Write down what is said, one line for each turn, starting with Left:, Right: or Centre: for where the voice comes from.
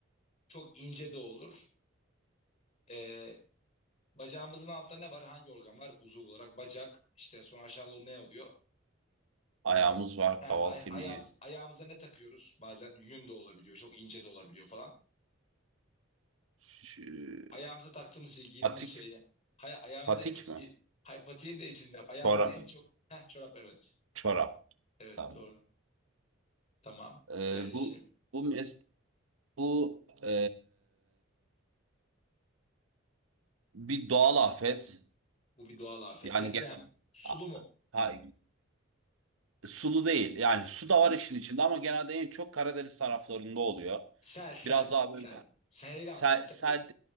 Left: Çok ince de olur. Ee, Bacağımızın altında ne var? Hangi organ var? Uzuv olarak bacak. İşte sonra aşağı doğru ne oluyor?
Right: Ayağımız var,
Left: He,
Right: kaval
Left: ay-
Right: kemiği.
Left: ayağımız, ayağımıza ne takıyoruz? Bazen yün de olabiliyor. Çok ince de olabiliyor falan.
Right: Ş-
Left: Ayağımıza taktığımız şey, giydiğimiz
Right: Patik,
Left: şeyi. Hay, ayağımıza
Right: patik
Left: en çok...
Right: mi?
Left: Hay, patiğin de içinde. Ayağımıza
Right: Çorap.
Left: en çok... Heh, çorap evet.
Right: Çorap.
Left: Evet
Right: Tamam.
Left: doğru. Tamam.
Right: E,
Left: Ee, şimdi
Right: bu bu mes- bu e, bir doğal afet.
Left: bu bir doğal afet.
Right: Yani
Left: Deprem.
Right: genel.
Left: Sulu mu?
Right: Ha, sulu değil. Yani su da var işin içinde ama genelde en çok Karadeniz taraflarında oluyor.
Left: Sel, sel,
Right: Biraz daha
Left: sel.
Right: böyle
Left: Seyran.
Right: sel,
Left: Sel.
Right: sel